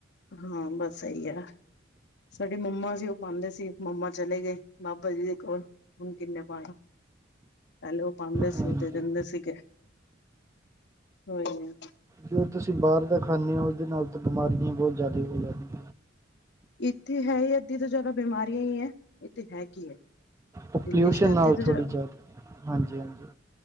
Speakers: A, on the left; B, on the right.
A: ਹਾਂ ਬਸ ਸਹੀ ਹੈ। ਸਾਡੇ ਮੰਮਾ ਸੀ ਉਹ ਪਾਂਦੇ ਸੀ ਮੰਮਾ ਚਲੇ ਗਏ ਬਾਬਾ ਜੀ ਦੇ ਕੋਲ ਹੁਣ ਕਿੰਨੇ ਪਾਣਾ ਪਹਿਲੇ ਉਹ ਪਾਂਦੇ
B: ਹਾਂਜੀ
A: ਸੀ ਉਹ ਤੇ ਦਿੰਦੇ ਸੀਗੇ। ਕੋਈ ਨਾ
B: ਜੋ ਤੁਸੀਂ ਬਾਹਰ ਦਾ ਖਾਂਣੇ ਹੋ ਉਹਦੇ ਨਾਲ ਤਾਂ ਬਿਮਾਰੀਆਂ ਬਹੁਤ ਜ਼ਿਆਦਾ ਹੋ ਜਾਂਦੀਆਂ।
A: ਇੱਥੇ ਹੈ ਹੀ ਅੱਧੀ ਤੋਂ ਜ਼ਿਆਦਾ ਬਿਮਾਰੀਆਂ ਹੀ ਹੈ ਇੱਥੇ ਹੈ ਕੀ ਹੈ।
B: ਉਹ ਪੋਲਿਊਸ਼ਨ
A: ਦਿੱਲੀ ਚ ਤਾਂ
B: ਨਾਲ
A: ਅੱਧੀ
B: ਥੋੜ੍ਹੀ
A: ਤੋਂ
B: ਜ਼ਿਆਦਾ ਹਾਂਜੀ- ਹਾਂਜੀ।